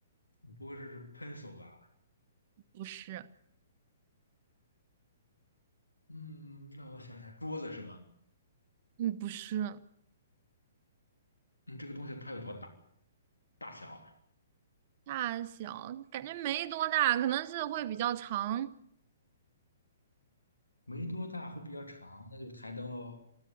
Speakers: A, on the left; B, on the right.
A: 你不会说是 pencil 吧？
B: 不是，
A: 嗯，那我想想，桌子是吗？
B: 嗯，不是，
A: 嗯，这个东西它有多大？大小？
B: 大小感觉没多大，可能是会比较长。
A: 没多大，会比较长，那就台灯喽。